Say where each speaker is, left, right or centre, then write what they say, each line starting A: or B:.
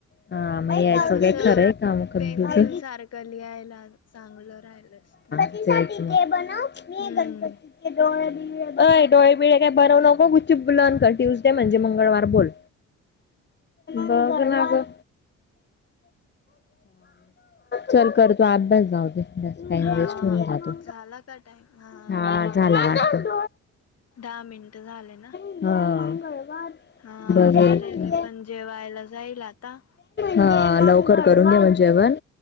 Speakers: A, on the left (about 35°); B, on the left (about 55°).
A: हा मग
B: त्याला
A: यायचं
B: कस
A: काय खरंय का मग कद्दूच
B: पेन्सिल
A: हा
B: सारखल यायला चांगलं राहिल असत.
A: बनव मी
B: हम्म
A: गणपती डोळ अय डोळेबिळे काय बरवू नको गुच्प लन कर ट्यूजडे म्हणजे मंगळवार बोल. बग ना ग! चल कर तू अभ्यास जाऊ दे. जा टाईम
B: हा
A: वेस्ट होऊन जातो
B: झाला का टाइम
A: हा
B: दहा
A: झाला असत.
B: दहा मिनट झाले ना?
A: हा
B: हा
A: बघेल.
B: चालेल मी पण जेवायला जाईल आता.
A: हा लवकर करून घे म्ह जेवण.